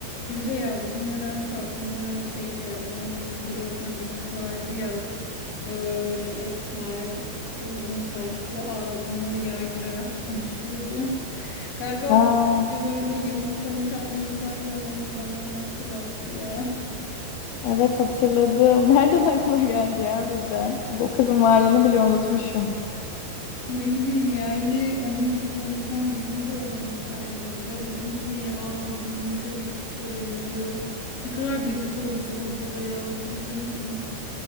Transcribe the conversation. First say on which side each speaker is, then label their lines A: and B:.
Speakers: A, on the left; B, on the left.
A: Gülce ya bugün nedense aklıma şey geldi. Hani lisedeyken bir kız vardı ya böyle esmer, uzun saçlı, ağzını yaydırarak konuşurdu. <laughs> Galiba
B: Aa,
A: bu diye böyle yamuk konuşan bir insan gördüm ve bana onu hatırlattı ya. <laughs>
B: evet hatırladım. <laughs> Nereden aklına geldi ya birden? Bu kızın varlığını bile unutmuşum.
A: Ne bileyim ya yine onun gibi konuşan birini gördüm bir tane dizide. Dedim ki aa bu bizim lisedeki kıza benziyor. Ne kadar gıcık olurduk o kıza ya hatırlıyor musun?